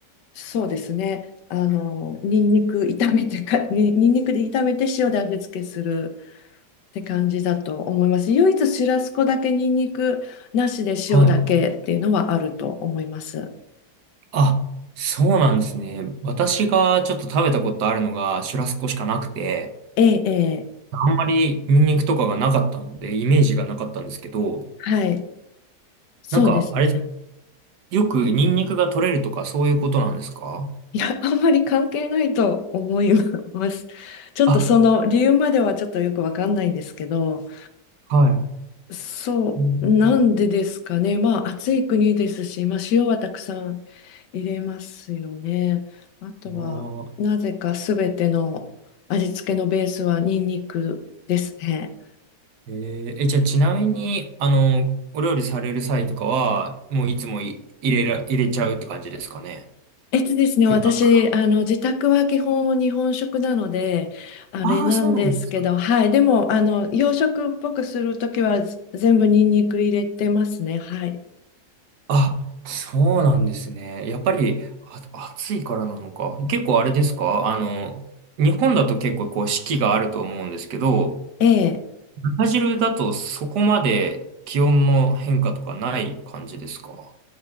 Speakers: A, on the left; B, on the right.
A: そうですね、あの、ニンニク炒めてか、にニンニクで炒めて塩で味付けする。って感じだと思います。唯一シュラスコだけニンニクなしで塩だけっていうのはあると思います。
B: はい。あ、そうなんですね。私がちょっと食べたことあるのがシュラスコしかなくて、
A: ええ、ええ、
B: あんまりニンニクとかがなかったので、イメージがなかったんですけど、
A: はい、そうですね。
B: なんか、あれ、よくニンニクが取れるとかそういうことなんですか
A: いや、あんまり関係ないと思います。ちょっとその理由まではちょっとよくわかんないんですけど、
B: あ、はい。
A: そう、
B: うん
A: なんでですかね。まあ暑い国ですし、まあ塩はたくさん入れますよね。あとは、
B: あー
A: なぜかすべての味付けのベースはニンニクですね。
B: えーえ、じゃあちなみに、あの、お料理される際とかは、もういつもい入れら、入れちゃうって感じですかね。
A: えっとですね、
B: 普段から。
A: 私、あの、自宅は基本日本食なので、あれなんですけど、
B: ああ、そうなんですか。
A: はい、でも、あの、洋食っぽくするときは全部ニンニク入れてますね、はい。
B: あ、そうなんですね。やっぱり、あ、暑いからなのか。結構あれですかあの、日本だと結構こう四季があると思うんですけど、
A: ええ。
B: ブラジルだとそこまで気温の変化とかない感じですか